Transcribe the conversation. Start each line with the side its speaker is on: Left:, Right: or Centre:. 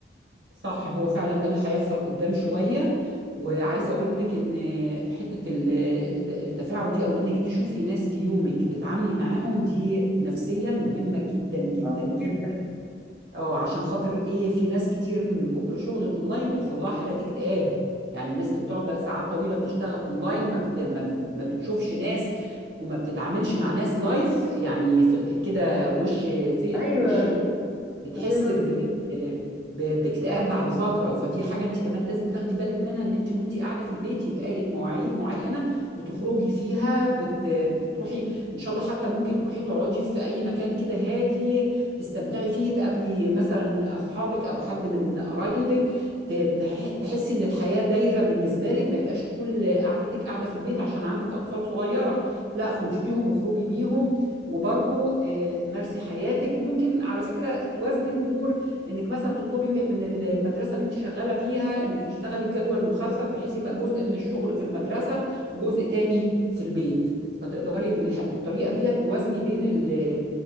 Right: صح هو فعلا ده اللي هيحصل قدام شوية وعايزة أقول لك إن حتة ال- الت- التفاعل دي أو إنك تشوفي ناس في يومك تتعاملي معاهم دي نفسيا مهمة جدا جدا
Centre: اه
Right: جدا
Centre: جدا
Right: اه عشان خاطر ايه في ناس كتير من كتر شغل الاونلاين بيحصل لها حالات اكتئاب يعني الناس اللي بتقعد ساعات طويله بتشتغل اونلاين ما بت... ما ما بتشوفش ناس وما بتتعاملش مع ناس لايف يعني في ال- كده وش في
Centre: ايوه
Right: وش الوش بتحس
Centre: زي ما
Right: ب...
Centre: بيقولوا
Right: ب... باكتئاب بعد فتره فدي حاجه انت كمان لازم تاخدي بالك منها ان انت وانت قاعده في البيت يبقى لك مواعيد معينه بتخرجي فيها بت... بتروحي ان شاء الله حتى ممكن تروحي تقعدي في اي مكان كده هادي تستمتعي فيه تقابلي مثلا اصحابك او حد من قرايبك ت- تح- تحسي ان الحياه دايره بالنسبه لك ما يبقاش كل قعدتك قاعده في البيت عشان عندك اطفال صغيره لا خديهم وخرجي بيهم وبرضو آه، مارسي حياتك وممكن على فكره توازني الامور انك مثلا تطلبي من من المدرسه اللي انت شغاله فيها انك تشتغلي بجدول مخفف بحيث يبقى جزء من الشغل في المدرسه وجزء تاني في البيت فتقدري بالح- بالطريقه ديت توازني بين ال-